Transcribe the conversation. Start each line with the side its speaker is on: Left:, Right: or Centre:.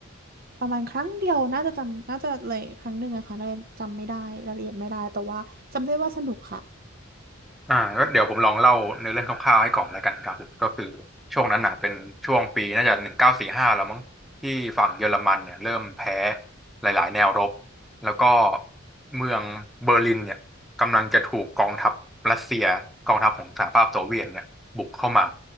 Right: ประมาณครั้งเดียวน่าจะจำน่าจะเลยครั้งหนึ่งอะค่ะน่าจะจำไม่ได้รายละเอียดไม่ได้แต่ว่าจำได้ว่าสนุกค่ะ
Centre: อ่าก็เดี๋ยวผมลองเล่าเนื้อเรื่องคร่าวๆให้ก่อนแล้วกันครับผมก็คือช่วงนั้นน่ะเป็นช่วงปีน่าจะหนึ่งเก้าสี่ห้าแล้วมั้งที่ฝั่งเยอรมันเนี่ยเริ่มแพ้หลายๆแนวรบแล้วก็เมืองเบอร์ลินเนี่ยกำลังจะถูกกองทัพรัสเซียกองทัพของสหภาพโซเวียตเนี่ยบุกเข้ามา